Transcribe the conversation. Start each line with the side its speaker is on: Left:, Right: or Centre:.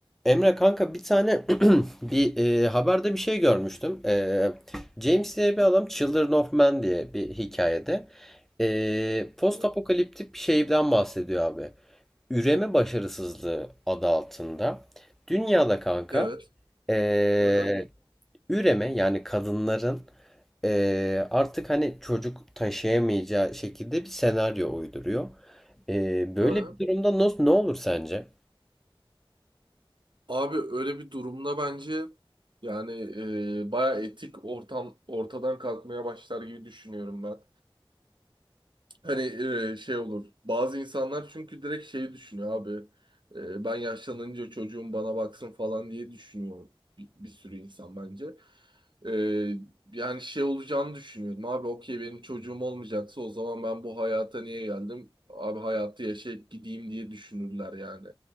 Centre: Emre kanka bir tane <clears throat> bir e, haberde bir şey görmüştüm. E, James diye bir adam Children of Men diye bir hikayede e, post
Right: Evet.
Centre: apokaliptik bir şeyden bahsediyor abi. Üreme başarısızlığı adı altında. Dünyada kanka
Right: Evet.
Centre: e,
Right: Aha.
Centre: üreme yani kadınların e, artık hani çocuk taşıyamayacağı şekilde bir senaryo uyduruyor. E, böyle
Right: Aha.
Centre: bir durumda nasıl ne olur sence?
Right: Abi öyle bir durumda bence yani e, baya etik ortam ortadan kalkmaya başlar gibi düşünüyorum ben. Hani e, şey olur. Bazı insanlar çünkü direkt şeyi düşünüyor abi. E, ben yaşlanınca çocuğum bana baksın falan diye düşünüyor bir, bir sürü insan bence. E, yani şey olacağını düşünüyordum. Abi okey benim çocuğum olmayacaksa o zaman ben bu hayata niye geldim? Abi hayatı yaşayıp gideyim diye düşünürler yani.